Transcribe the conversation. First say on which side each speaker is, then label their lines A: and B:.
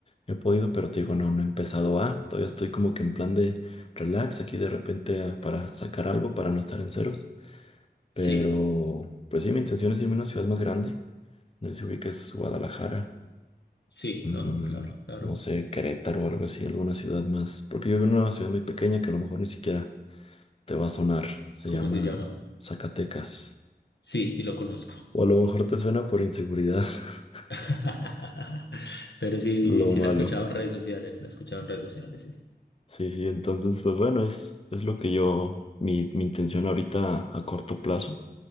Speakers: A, on the left; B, on the left.
A: he podido, pero te digo, no, no he empezado a, todavía estoy como que en plan de relax aquí de repente ah, para sacar algo, para no estar en ceros, pero
B: Sí,
A: pues sí, mi intención es irme a una ciudad más grande, no sé si ubiques Guadalajara.
B: sí,
A: mm,
B: ajá, claro, claro.
A: no sé, Querétaro o algo así, alguna ciudad más. Porque yo vivo en una ciudad muy pequeña que a lo mejor ni siquiera te va a sonar. Se
B: ¿Cómo
A: llama
B: se llama?
A: Zacatecas.
B: Sí, sí lo conozco.
A: O a lo mejor te suena por inseguridad, <laughs>
B: <laughs> Pero sí,
A: lo
B: sí
A: malo.
B: la he escuchado en redes sociales, la he escuchado en redes sociales, sí.
A: Sí, sí, entonces, pues bueno, es, es lo que yo, mi, mi intención ahorita a corto plazo,